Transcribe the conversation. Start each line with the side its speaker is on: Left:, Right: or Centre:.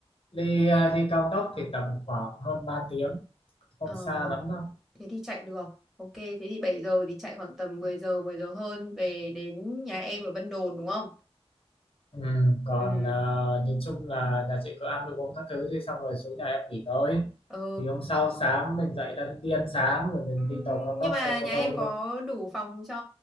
Left: đi à, đi cao tốc thì tầm khoảng hơn 3 tiếng không
Centre: ờ
Left: xa lắm đâu
Centre: thế thì chạy được ok thế thì 7 giờ thì chạy khoảng tầm mười giờ mười giờ hơn về đến nhà em ở Vân Đồn đúng không
Left: ừ, còn
Centre: ừ
Left: à, nhìn chung là nhà chị cứ ăn đồ uống các thứ đi xong rồi xuống nhà em nghỉ tới,
Centre: ờ
Left: thì hôm sau sáng mình dậy đã đi ăn sáng rồi mình
Centre: Ừm,
Left: đi tàu cao
Centre: Nhưng
Left: tốc
Centre: mà
Left: ra
Centre: nhà
Left: Cô Tô
Centre: em có
Left: luôn
Centre: đủ phòng cho